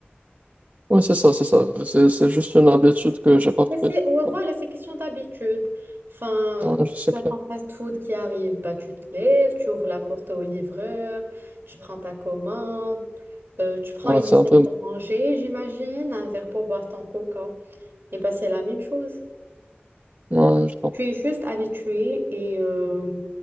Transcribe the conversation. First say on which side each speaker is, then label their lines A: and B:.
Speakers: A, on the right (about 40°); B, on the right (about 70°).
A: Ouais, c'est ça, c'est ça. C'est c'est juste une habitude que j'ai pas
B: Mais
A: prise.
B: c'est, ouais,
A: Ouais,
B: voilà, c'est question d'habitude. Enfin,
A: ouais, je sais
B: tu
A: clair.
B: as ton fast-food qui arrive, bah, tu te lèves, tu ouvres la porte au livreur, tu prends ta commande, euh, tu prends
A: Ouais,
B: une
A: c'est
B: assiette
A: un peu.
B: pour manger, j'imagine, un verre pour boire ton coca. Et bah, c'est la même chose.
A: Ouais, je comprends.
B: Tu es juste habitué et euh,